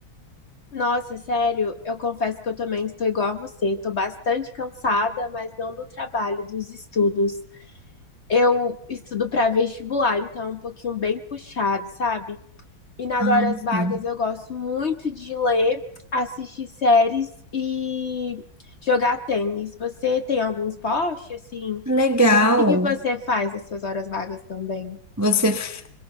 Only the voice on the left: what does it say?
Nossa, sério, eu confesso que eu também estou igual a você. Estou bastante cansada, mas não do trabalho, dos estudos. Eu estudo para vestibular, então é um pouquinho bem puxado, sabe? E nas
horas vagas eu gosto muito de ler, assistir séries e jogar tênis. Você tem algum esporte, assim? O
que que você faz nas suas horas vagas também?